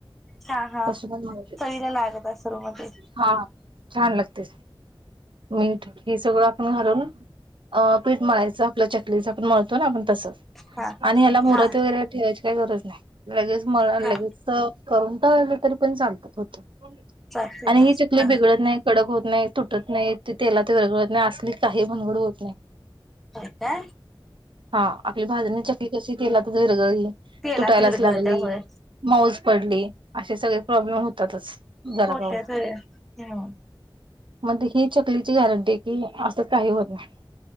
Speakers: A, in the centre; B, on the right.
A: हा हा
B: त पण म्ह शक
A: चवीला लागत असल म ते
B: हा छान लागते. मीठ हे सगळं आपण घालून अ पीठ मारयचं आपल्या च प्लीज आपणळतो ना आपण तसच
A: हा
B: आणि ह्याला मुहरत
A: हा
B: वगैरे ठेवायची काही गरज नाही. लगेच म
A: हा
B: लगेच करून टलं तरी पण चालतात होत.
A: चालतंय
B: आणि
A: काय
B: ही चकली
A: हा
B: बिघडत
A: हा
B: नाही कडक होत नाही तुटत नाही ति तेला ते वगळत नाही अस. आप काही भनगड होत नाही.
A: का का?
B: हा आपली भाज्यांनी चकली कशी केला तर विरगळी
A: तेलात
B: तुटायलाच
A: विरघळत्या
B: लागली
A: होय
B: मऊज पडली असे सगळे प्रॉब्लेम होतातच. झाला
A: होत्यात
B: काला
A: होय हम्म
B: म्हण हे. चकलीची गॅरंटी कि असं काही होत नाही.